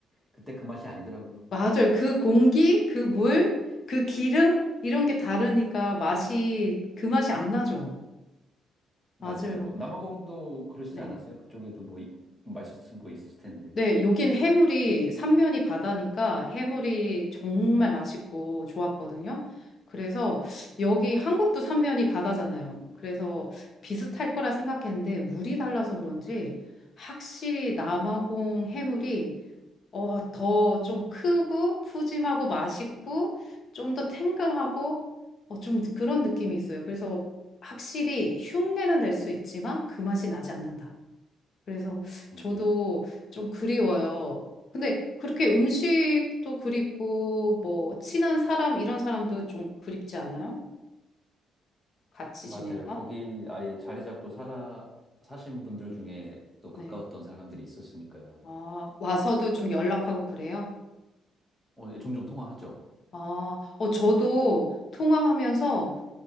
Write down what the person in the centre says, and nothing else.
그때 그 맛이 아니더라고요.
맞아요.
남아공도 그러시지
않았어요? 그쪽에도 뭐 좀 맛있었던 거 있을 텐데.
음,
맞아요.
거기 아예 자리 잡고 살아 사신 분들 중에 또 가까웠던
사람들이 있었으니까요.
어, 예, 종종 통화하죠.